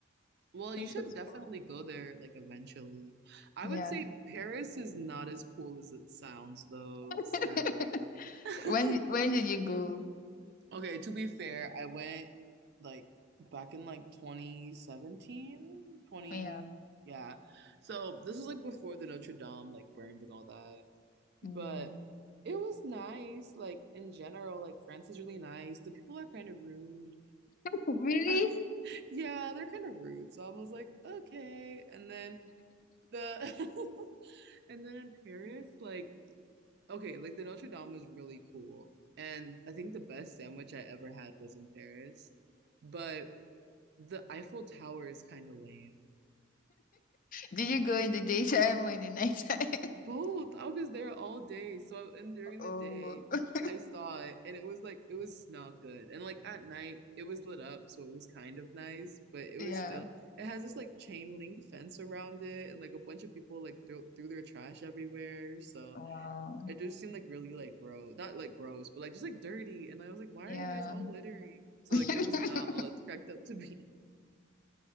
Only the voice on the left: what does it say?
But
it
was
fun.
Yeah.
<laughs>
When when did you go?
Yeah.
Mm. <laughs>
Really?
Did you go in the daytime or in the nighttime?
<laughs>
Oh,
<laughs>
yeah.
Wow.
Yeah.
<laughs>